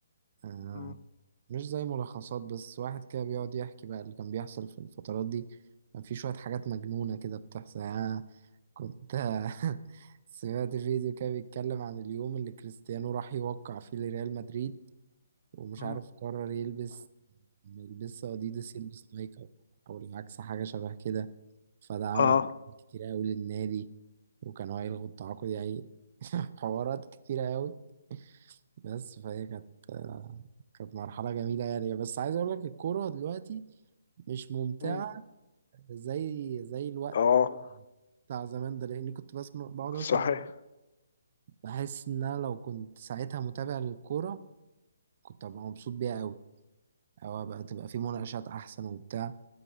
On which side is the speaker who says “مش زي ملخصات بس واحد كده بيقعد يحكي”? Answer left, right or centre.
Right